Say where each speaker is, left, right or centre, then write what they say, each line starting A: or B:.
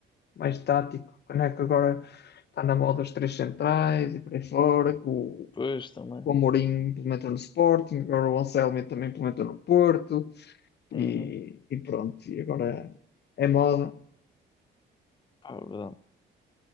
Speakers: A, on the left; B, on the left.
A: mais tático, né? Que agora está na moda os três centrais e por aí fora, que o,
B: Pois também.
A: o Amorim implementou no Sporting, agora o Anselmi também implementou no Porto e,
B: Uhum.
A: e pronto, e agora é moda.
B: Pá, é verdade.